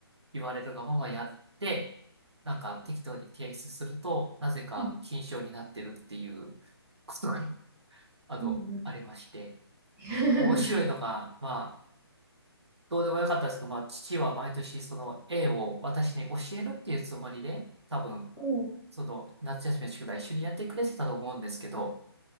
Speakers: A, on the right; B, on the right.
A: 言われるがままやって、なんか、適当に提出すると、なぜか、
B: うん、
A: 金賞になってるっていうことが、あの、
B: うん、うん。
A: ありまして、
B: <laughs>
A: 面白いのが、まあ、どうでもよかったんですけど、まあ、父は毎年その絵を私に教えるっていうつもりで、多分、
B: そ
A: その夏休みの宿題一緒にやってくれてたと思うんですけど、